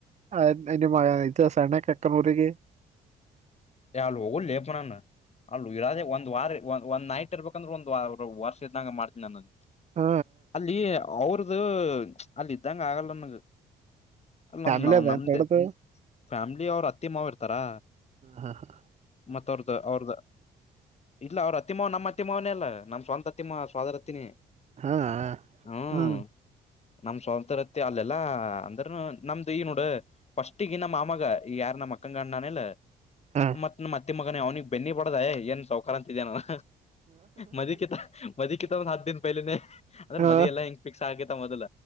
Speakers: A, on the right; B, on the left.
A: ಆ ಎ ಮ ಇದು ಸಣ್ಣ ಕಕ್ಕನೂಲಗೆ
B: ಯಲ್ಗಲ್ಲೇಪನನ್ನ ಅಲ್ಲೂ ಇರದೇ ಒಂದ ವಾರ ಒಂದ ಒಂದ ನೈಟ್ ಇರ್ಬೇಕಂದ್ರೆ ಒಂದ್ ವ ವರ್ಷ ಇದ್ದಂಗ ಮಾಡ್ತನಿ ನಾನದು
A: ಹ
B: ಅಲ್ಲಿ ಅವ್ರದು ಅಲ್ಲಿ ಇದ್ದಂಗ ಆಗಲ್ಲನಗೆ ಅಲ್ಲ
A: ಫ್ಯಾಮಿಲಿ
B: ನಮ ನಾವ
A: ಅದ
B: ನಮ್ದೇ
A: ನೋಡದು
B: ಫ್ಯಾಮಿಲಿ ಅವ್ರ ಅತ್ತಿ ಮಾವ ಇರ್ತಾರಾ
A: ಹಾ ಹಾ ಹಾ
B: ಮತ್ತ ಅವ್ರ್ದ ಅವ್ರದ್ದ ಇಲ್ಲ ಅವ್ರ ಅತ್ತಿ ಮಾವ ನಮ್ಮ್ ಅತ್ತಿ ಮಾವನೇ ಅಲ್ಲ ನಮ್ಮ್ ಸ್ವಂತ ಪ್ರತಿಮ್ಮ ಸ್ದರತಿನಿ
A: ಹಾ
B: ಹ್ಮ
A: ಹ್ಮ್
B: ನಮ್ ಸ್ವಾತಂತ್ರತ್ಯ ಅಲ್ಲೆಲ್ಲಾ ಅಂದ್ರನು ನಮ್ದು ಈ ನೋಡ ಪಫಸ್ಟ್ ಈಗ ನಮ್ಮ ಮಾಮಗ ಈ ಯಾರ ನಮ್ಮ ಅಕ್ಕಂಗ ಅಣ್ಣನಲ್ಲ
A: ಹಾ
B: ಮತ್ ನ ಮತ್ತೆ ಮಗನ ಅವ್ನಿಗೆ ಬೆನ್ನಿ ಬಡೋದ ಏನ್ ಸೌಖಕಾರ ಅಂತ ಇದೇನಲ್ಲ ಮದಕ್ಕಿತ ಮದಕ್ಕಿತ ಒಂದ್ ಹತ್ ದನ್ ಪೈಲಿನೇ ಅದ್ರೆ
A: ಹಾ
B: ಮದಿ ಎಲ್ಲಾ ಹೆಂಗ ಫಿಕ್ಸ್ ಆಗೇತ ಮೊದಲ